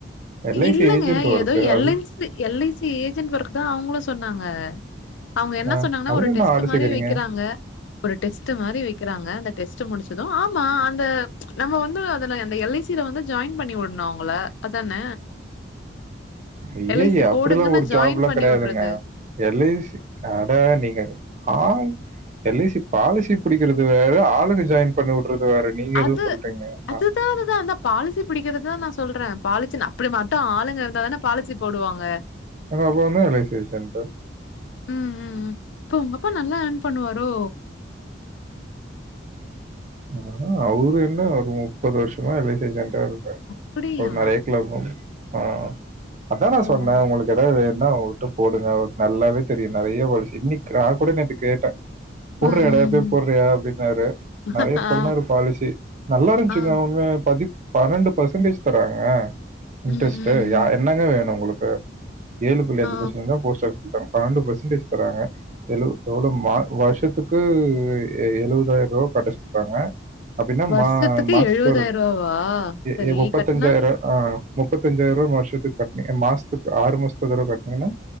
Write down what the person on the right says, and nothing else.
L I
C ஏஜென்டு ஒர்கு
அதுல
ஆ,
அதுல
என்ன
ஆள்
சேர்க்குறீங்க
ஐய்ய
அப்டிலாம் ஒரு
ஜாப்லா
கெடையாதுங்க
எல் ஐ சி அட நீங்க ஆள் எல் ஐ சி பாலிசி பிடிக்றது வேற ஆளுங்க ஜாயின் பண்ணி வுட்றது வேற நீங்க எதுவும்
சொல்றீங்க
ஆ,
நம்ப என்ன ரிலேஷன் பா
ஆ அவுரு என்ன ஒரு முப்பது வருஷமா எல் ஐ சி ஏஜென்டா இருக்காரு
அவரு நெறைய க்லபும் ஆ அதா
நா சொன்னே
உங்களுக்கு ஏதாவது வே னா அவுங்ககிட்ட போடுங்க அவருக்கு நல்லாவே தெரியு நேறைய பாலிசி இன்னைக்கு நா கூட நேத்து கேட்டே போட்ரியாடா
இப்பவே
போட்ரியா அப்டின்னாரு நேறைய
சொன்னாறு பாலிசி நல்லாருஞ்சுங்க
உண்மயா பதிப் பன்னெண்டு பர்சன்டேஜ் தராங்கங்க இன்ட்ரெஸ்ட்டு
யா
என்னங்க வேணு உங்ளுக்கு ஏழு புள்ளி அஞ்சு
பர்சன் தா போஸ்ட் ஆபிஸ்ல தராங்க பன்னெண்டு பர்சன்டேஜ் தராங்க எழு எவ்ளோ மா வருஷத்துக்கு எழுவதாயர் ரூவா கட்டச் சொல்றாங்க அப்டின்னா
மா மாசத்துக்கு
ஒரு
இ முப்பத்தஞ்சாயிரோ
ரூபா ஆ முப்பத்தஞ்சாயர் ரூவா வருஷத்துக்கு கட்னிங்க மாஸ்த்துக்கு ஆறு மாசத்து ஒரு தர கட்னீங்கன்னா